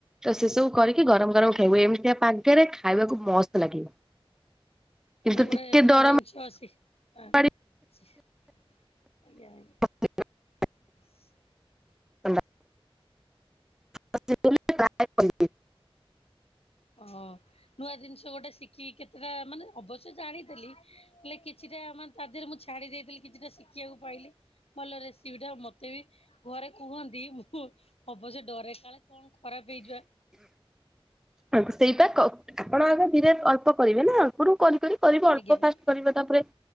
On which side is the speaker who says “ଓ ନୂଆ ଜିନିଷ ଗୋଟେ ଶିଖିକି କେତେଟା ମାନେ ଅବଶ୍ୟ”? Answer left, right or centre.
Left